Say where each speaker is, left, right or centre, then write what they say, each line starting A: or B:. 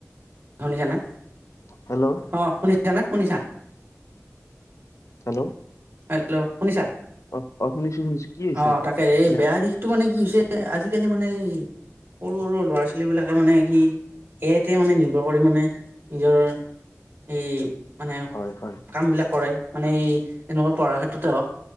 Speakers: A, on the right (about 40°); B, on the left (about 70°).
A: শুনিছা নে?
B: হেল্লো'
A: অঁ, শুনিছা নে, শুনিছা?
B: হেল্লো'
A: হেল্লো' শুনিছা?
B: অ অ, শুনিছো শুনিছো। কি হৈছে
A: অ, তাকে এই
B: ইয়াত
A: বেয়া দিশটো মানে কি হৈছে, আজিকালি মানে এই, সৰু সৰু ল'ৰা ছোৱালী বিলাকে মানে কি, এ আইতে মানে নিৰ্ভৰ কৰি মানে নিজৰ, এই মানে
B: হয় হয়
A: কাম বিলাক কৰে। মানে এই এনেকুৱা পঢ়াৰ ক্ষেত্ৰতে হওক,